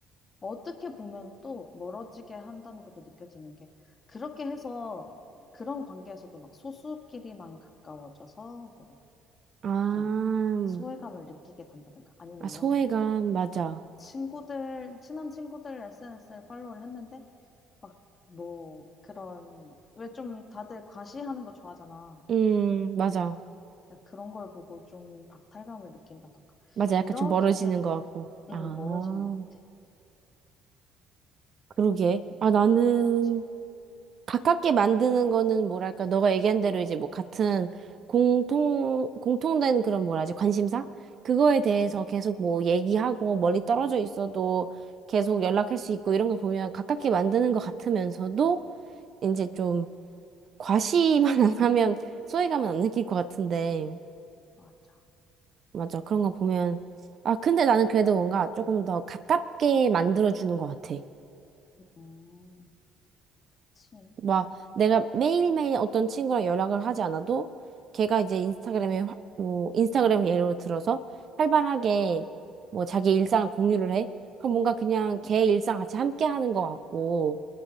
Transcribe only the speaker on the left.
어떻게 보면 또 멀어지게 한다는 것도 느껴지는 게 그렇게 해서 그런 관계에서도 막 소수끼리만 가까워져서 뭐
약간 소외감을 느끼게 된다든가 아니면
이런
거 있잖아.
친구들, 친한 친구들 SNS를 팔로우를 했는데 막, 뭐, 그런, 왜 좀 다들 과시하는 거 좋아하잖아.
그러니까 그런 걸 보고 좀 박탈감을 느낀다던가.
이렇게
되면,
음,
멀어지는 것 같아.
음,
그치.
음,
음,
맞아.
음, 그치.
음,
음,